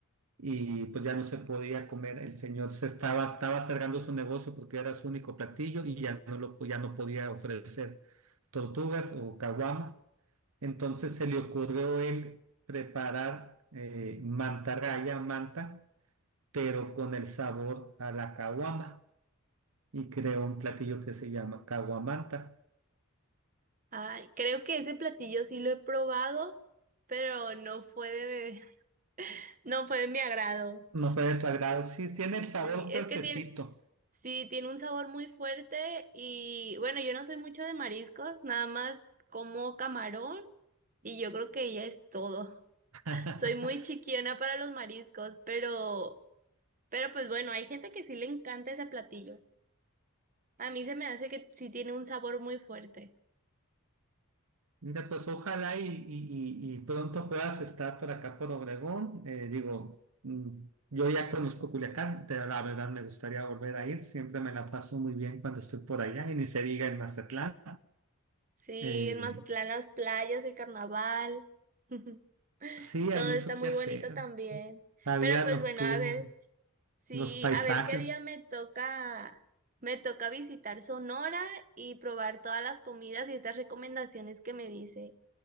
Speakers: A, on the right; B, on the right.
A: y pues ya no se podía comer. El señor se estaba, estaba cerrando su negocio porque era su único platillo y ya no, lo, ya no podía ofrecer tortugas o caguama. Entonces se le ocurrió él preparar eh, mantarraya, manta, pero con el sabor a la caguama y creó un platillo que se llama caguamanta.
B: Ay, creo que ese platillo sí lo he probado, pero no fue de bebé. No fue de mi agrado.
A: No fue de tu agrado, sí, tiene el sabor
B: Sí, es
A: fuertecito.
B: que tiene, sí, tiene un sabor muy fuerte y bueno, yo no soy mucho de mariscos, nada más como camarón y yo creo que ya es todo.
A: <laughs>
B: <laughs> Soy muy chiquiona para los mariscos, pero, pero pues bueno, hay gente que sí le encanta ese platillo. A mí se me hace que sí tiene un sabor muy fuerte.
A: Mira, pues ojalá y, y- y- y pronto puedas estar por acá por Obregón. Eh, digo, mm, yo ya conozco Culiacán, te- la verdad me gustaría volver a ir, siempre me la paso muy bien cuando estoy por allá y ni se diga en Mazatlán.
B: Sí,
A: Eh,
B: en Mazatlán las playas, el carnaval, <laughs>
A: sí,
B: todo
A: hay mucho
B: está
A: que
B: muy
A: hacer,
B: bonito también.
A: la
B: Pero
A: vida
B: pues
A: nocturna,
B: bueno, a ver. Sí,
A: los paisajes.
B: a ver qué día me toca, me toca visitar Sonora y probar todas las comidas y estas recomendaciones que me dice.